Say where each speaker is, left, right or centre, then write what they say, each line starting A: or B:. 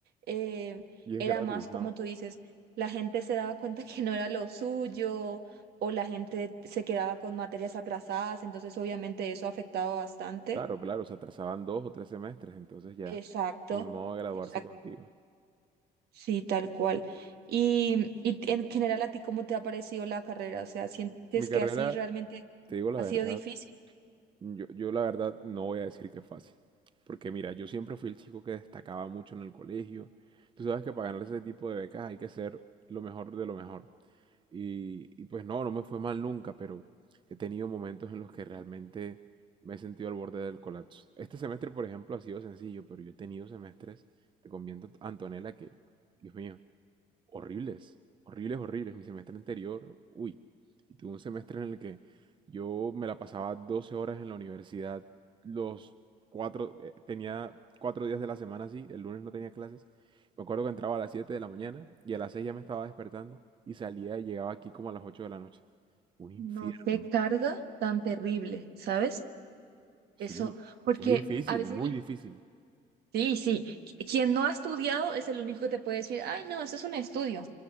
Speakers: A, on the right (about 70°); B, on the right (about 30°).
A: eh,
B: Y es
A: era
B: gratis,
A: más
B: ¿no?
A: como tú dices, la gente se daba cuenta que no era lo suyo o la gente se quedaba con materias atrasadas, entonces obviamente eso afectaba bastante.
B: Claro, claro, se atrasaban dos o tres semestres, entonces ya,
A: Exacto,
B: ni modo de graduarse
A: exacto,
B: contigo.
A: sí, tal cual. Y, y en general, ¿a ti cómo te ha parecido la carrera? O sea, ¿sientes
B: Mi carrera,
A: que así realmente
B: Te digo la
A: ha
B: verdad,
A: sido difícil?
B: yo, yo la verdad no voy a decir que es fácil. Porque mira, yo siempre fui el chico que destacaba mucho en el colegio. Tú sabes que para ganar ese tipo de becas hay que ser lo mejor de lo mejor. Y, y pues no, no me fue mal nunca, pero he tenido momentos en los que realmente me he sentido al borde del colapso. Este semestre, por ejemplo, ha sido sencillo, pero yo he tenido semestres, te conviento, Antonella, que, Dios mío, horribles, horribles, horribles. Mi semestre anterior, uy, y tuve un semestre en el que yo me la pasaba 12 horas en la universidad, los cuatro, eh, tenía cuatro días de la semana así, el lunes no tenía clases. Me acuerdo que entraba a las 7 de la mañana y a las 6 ya me estaba despertando y salía y llegaba aquí como a las 8 de la noche. Un infierno.
A: No, qué carga tan terrible, ¿sabes?
B: Sí,
A: Eso, porque
B: fue difícil,
A: a veces
B: muy difícil.
A: Sí, sí. Qu- Quien no ha estudiado es el único que te puede decir, ay, no, eso es un estudio.